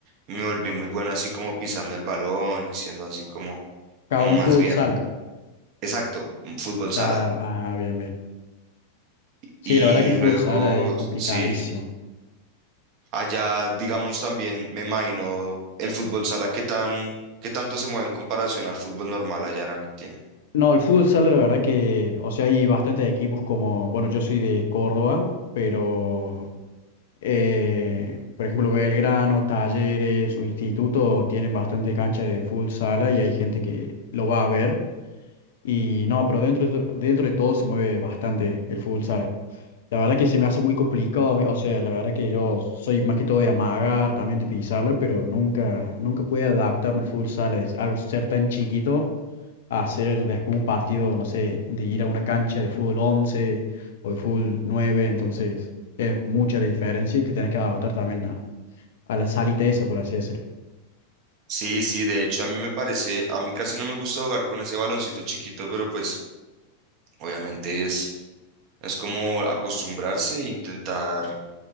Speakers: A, on the right; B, on the left.
A: me volví muy bueno así como pisando el balón y siendo así como,
B: Acá
A: como
B: un
A: más
B: fútbol
A: bien,
B: sala.
A: exacto, mm, fútbol sala.
B: Claro, ah, bien, bien. Sí,
A: Y
B: la verdad que el
A: luego,
B: fútbol sala es complicadísimo.
A: sí, allá digamos también, me imagino, el fútbol sala, ¿qué tan, qué tanto se mueve en comparación al fútbol normal allá en Argentina?
B: No, el fútbol sala, la verdad que, o sea, hay bastantes equipos como, bueno, yo soy de Córdoba, pero, eh, por ejemplo, Belgrano, Talleres o Instituto tienen bastante cancha de fútbol sala y hay gente que lo va a ver. Y no, pero dentro de, dentro de todo se mueve bastante el fútbol sala. La verdad que se me hace muy complicado, a mí, o sea, la verdad que yo soy más que todo de amagar, también de pisarla, pero nunca, nunca pude adaptarme al fútbol sala, de algo ser tan chiquito a hacer después un partido, no sé, de ir a una cancha de fútbol 11 o de fútbol nueve entonces es mucha la diferencia y te tenés que adaptar también a, a la salita esa, por así decirlo.
A: Sí, sí, de hecho a mí me parece, a mí casi no me gusta jugar con ese baloncito chiquito, pero pues obviamente es, es como acostumbrarse e intentar